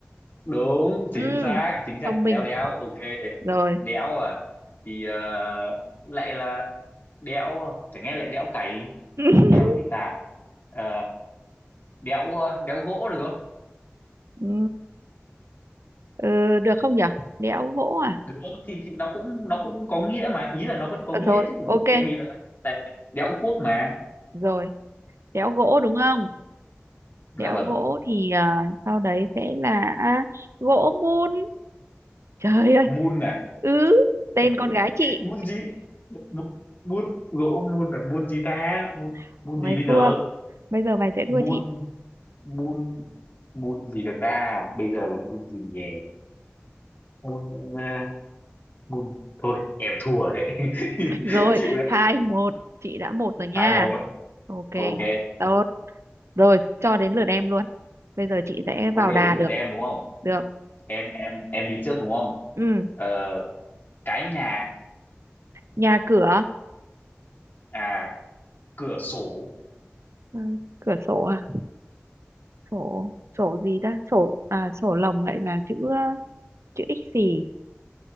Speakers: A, on the left; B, on the right.
A: đúng chính
B: ừ.
A: xác chính xác
B: thông minh
A: léo đéo ok
B: rồi
A: đéo à thì ờ, lại là đéo chẳng nghe lại đéo cày
B: <laughs>
A: đéo gì ta Ờ, đéo ờ, đéo gỗ được không
B: ừ. ừ, được không nhở đẽo gỗ à
A: được không? thì thì nó cũng nó cũng có nghĩa mà ý là nó vẫn có
B: Ờ,
A: nghĩa
B: rồi
A: chứ
B: ok
A: tại vì là tại vì đéo cuốc mà
B: rồi đẽo gỗ đúng không
A: là
B: đẽo
A: vâng
B: gỗ thì à, sau đấy sẽ là gỗ mun trời ơi
A: mun à
B: ứ tên con gái chị
A: mun gì mun mun gỗ mun là mun gì ta mun
B: <laughs>
A: mun
B: mày
A: gì bây
B: thua
A: giờ
B: bây giờ mày sẽ thua
A: mun
B: chị
A: mun mun gì được ta bây giờ là mun gì nhỉ môn à, môn thôi em thua đấy <laughs>
B: rồi
A: chịu đấy
B: hai một chị đã một rồi nha
A: hai một
B: ok
A: ok
B: tốt rồi cho đến lượt em luôn bây giờ chị sẽ
A: ok
B: vào
A: đến
B: đà
A: lượt
B: được
A: em đúng không
B: được
A: em em em đi trước đúng không
B: ừ
A: ờ, cái nhà
B: nhà cửa
A: à cửa sổ
B: Ờ, cửa sổ à sổ sổ gì ta sổ à sổ lồng lại là chữ chữ x gì